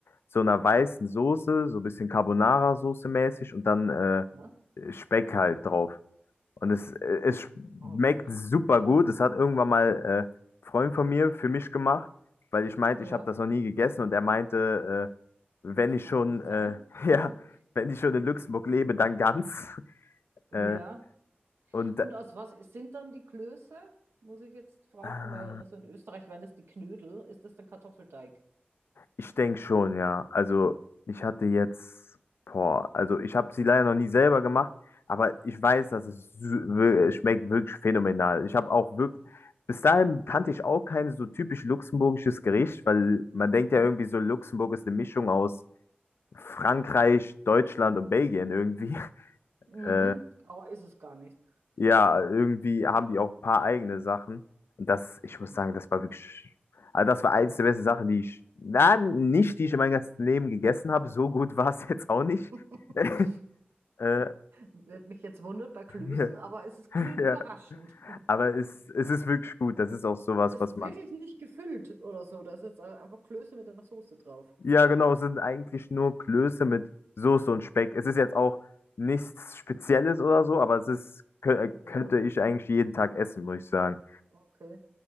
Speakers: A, on the left; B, on the right.
A: so einer weißen Soße, so ein bisschen Carbonara-Soße mäßig und dann äh,
B: Ja?
A: Speck halt drauf. Und es, es
B: Okay.
A: schmeckt super gut. Das hat irgendwann mal äh, ein Freund von mir für mich gemacht, weil ich meinte,
B: Ja,
A: ich habe das noch nie gegessen. Und er meinte, äh, wenn
B: das
A: ich
B: kann
A: schon,
B: doch nicht
A: äh,
B: sein.
A: <laughs> ja,
B: <laughs>
A: wenn ich schon in Luxemburg lebe, dann ganz. <laughs>
B: Ja.
A: Äh, und
B: Und aus was sind dann die Klöße? Muss ich jetzt fragen,
A: äh,
B: weil also in Österreich wären das die Knödel. Ist das der Kartoffelteig?
A: Ich denke schon, ja. Also ich hatte jetzt, boah, also ich habe sie leider noch nie selber gemacht, aber ich weiß, dass es sü- wir- es schmeckt wirklich phänomenal. Ich habe auch wirklich, bis dahin kannte ich auch kein so typisch luxemburgisches Gericht, weil man
B: Mhm.
A: denkt ja irgendwie so, Luxemburg ist eine Mischung aus Frankreich, Deutschland und Belgien irgendwie.
B: Mhm.
A: <laughs>
B: Aber ist es gar nicht.
A: Ja, irgendwie haben die auch ein paar eigene Sachen. Und das, ich muss
B: Mhm.
A: sagen, das war wirklich, also das war eins der besten Sachen, die ich, na, nicht, die ich in meinem ganzen Leben gegessen habe. So gut war es <laughs> jetzt auch nicht.
B: <laughs>
A: <laughs> Äh,
B: Wird mich jetzt wundert bei Klößen,
A: <laughs>
B: aber es ist, klingt
A: ja,
B: überraschend. Und
A: aber es, es ist wirklich gut. Das ist auch sowas,
B: es
A: was
B: ist
A: man.
B: wirklich nicht gefüllt oder so. Das ist jetzt einfach Klöße mit einer Soße drauf.
A: Ja, genau, es sind eigentlich nur Klöße mit Soße und Speck. Es ist jetzt auch nichts Spezielles oder so, aber es ist, kö-
B: Ja,
A: könnte ich eigentlich jeden Tag essen, muss ich sagen.
B: okay.